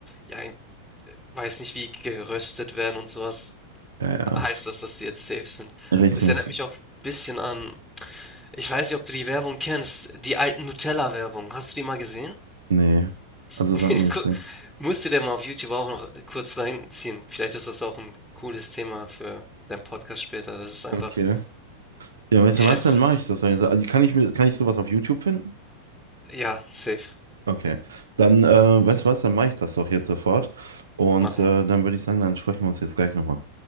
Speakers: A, in the centre; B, on the right (about 70°).
A: ja, ich weiß nicht, wie geröstet werden und sowas,
B: Ja,
A: heißt das, dass die jetzt safe sind.
B: ja, richtig.
A: Es erinnert mich auch ein bisschen an, ich weiß nicht, ob du die Werbung kennst, die alten Nutella-Werbung. Hast du die mal gesehen?
B: Nee, also
A: <laughs>
B: sagt mir jetzt
A: Gu-
B: nichts.
A: Musst du dir mal auf YouTube auch noch kurz reinziehen. Vielleicht ist das auch ein cooles Thema für deinen Podcast später. Das ist einfach,
B: Okay. Ja, weißt
A: das,
B: du was, dann mache ich das doch jetzt. Also kann ich mir, kann ich sowas auf YouTube finden?
A: ja, safe.
B: Okay. Dann, äh, weißt du was, dann mache ich das doch jetzt sofort. Und
A: Mach mal.
B: äh, dann würde ich sagen, dann sprechen wir uns jetzt gleich nochmal.